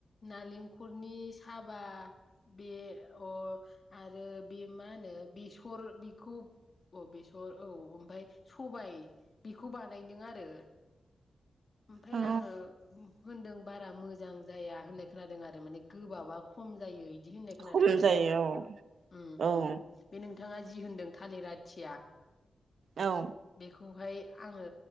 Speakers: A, on the left; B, on the right.
A: नालेंखरनि साबा बे अ आरो बे मा होनो बेसर बेखौ औ बेसर औ ओमफाय स सबाय बिखौ बानायदों आरो ओमफाय
B: औ
A: आङो होनदों बारा मोजां जाया होननाय खोनादों आरो माने गोबाबा खम जायो। बिदि होननाय खोनादों
B: खम
A: आरो
B: जायो
A: नोंथां
B: औ
A: ओम
B: औ
A: ओम। बे नोंथाङा जि होनदों थालिर आथिया
B: औ
A: बेखौहाय आङो